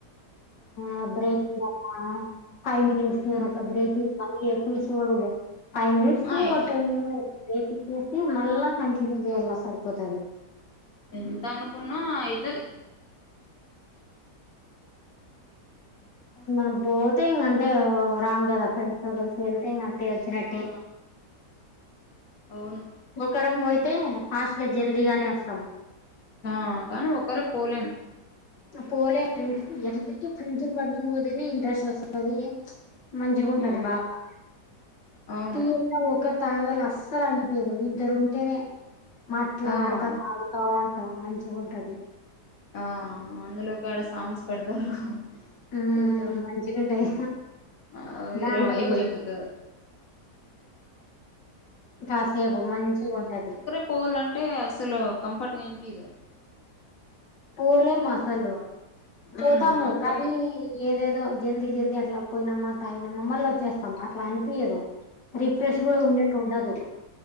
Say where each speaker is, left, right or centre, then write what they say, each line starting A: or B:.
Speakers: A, on the left; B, on the left.
A: ఆ బ్రేకి ఈయాల ఫైవ్ మినిట్స్
B: మ్మ్
A: అట్లా బ్రేకింగ్ మళ్ళీ పూష బ ఫైవ్ మినిట్స్
B: ఆ ఎ
A: టెన్ బ్రేక్ ఇచ్చేసి మళ్ళా కంటిన్యూ చేయ్యలా సరిపోతది
B: ఎంత అనుకున్నా అయితది
A: మనం పోతే ఇంక అంతే రామ్ కదా ఫ్రెండ్తో కలిసి వెళ్తే ఇంక అంతే వచ్చి చిినట్టే
B: ఆ అవును
A: ఒక్కరం పోయితే ఫాస్ట్ గా జల్దీగానే వస్తాం
B: ఆ కానీ ఒక్కరం పోలేం
A: పోలే <inaudible> ఫ్రెండ్స్ ఎటు తిరిగి ఫ్రెండ్స్ని పడుకోనిపోతేనే ఇంట్రెస్ట్ అస్తది మంచిగా ఉంటది
B: ఆ
A: బాగా
B: అవును
A: ఉ ఒకరు తాగాలి అస్సలు అనిపించదు ఇద్దరు ఉంటేనే మాట్లా
B: ఆ
A: ఆడతా తాగు ఆ అంటం మంచిగా ఉంటది
B: ఆ అందులోకి ఆడ సాంగ్స్ పెడతారు
A: మ్మ్
B: కొంచెం
A: మంచిగుంటాయి
B: ఆ వేరే
A: దాంట్ల
B: వైభైపోతది
A: కోసం కాసేపు మంచిగా ఉంటది
B: పోల్ అంటే అసలు కంఫర్ట్గా అనిపియ్యదు
A: పోలేము అసలు పోతాము
B: ఉమ్ అట్లాగే
A: కానీ ఏదేదో జల్దీ జల్దీ అట్లా పోయినామా తాగినమా మళ్ళీ వచ్చేస్తాం అట్లా అనిపియదు రిఫ్రెష్ కూడా ఉన్నట్టు ఉండదు